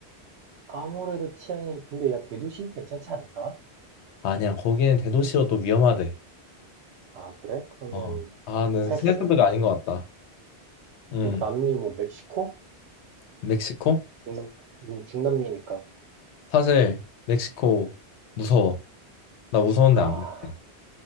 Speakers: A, on the right (about 80°); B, on the left (about 85°).
A: 아무래도 치안이 근데 야 대도시는 괜찮지 않을까?
B: 아니야, 거기는 대도시여 또 위험하대.
A: 아 그래? 그러면
B: 어. 아, 근데
A: 패스?
B: 생각해보니까 아닌 것 같다. 음,
A: 그럼 남미 뭐 멕시코?
B: 멕시코?
A: 중남 음, 중남미니까
B: 사실 멕시코 무서워. 나 무서운데
A: 아
B: 안 갈래.